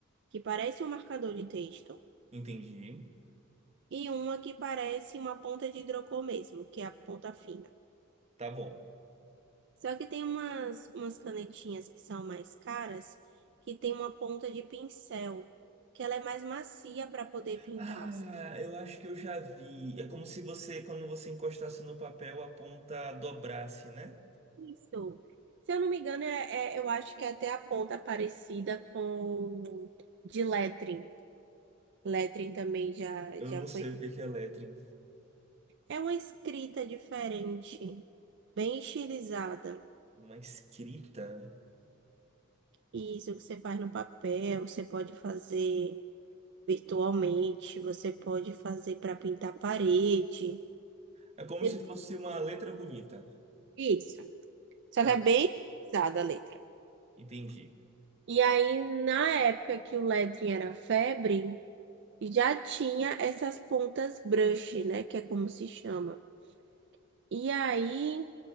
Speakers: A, on the right; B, on the right.
A: que parece um marcador de texto
B: Entendi.
A: e uma que parece uma ponta de hidrocor mesmo, que é a ponta fina.
B: Tá bom.
A: Só que tem umas, umas canetinhas que são mais caras, que tem uma ponta de pincel, que ela é mais macia para poder pintar.
B: Ah, eu acho que eu já vi. É como se você, quando você encostasse no papel, a ponta dobrasse, né?
A: Isso. Se eu não me engano, é, é- eu acho que é até a ponta parecida com de lettering. Lettering também já,
B: Eu
A: já
B: não
A: foi.
B: sei o que que é lettering.
A: É uma escrita diferente, bem estilizada.
B: Uma escrita.
A: Isso que você faz no papel, você pode fazer. virtualmente, você pode fazer para pintar parede.
B: É como
A: Depois
B: se fosse uma letra bonita.
A: disso. Só
B: Tá,
A: que é bem pesada a letra.
B: entendi.
A: E aí, na época que o lettering era febre, já tinha essas pontas brush, né? Que é como se chama. E aí,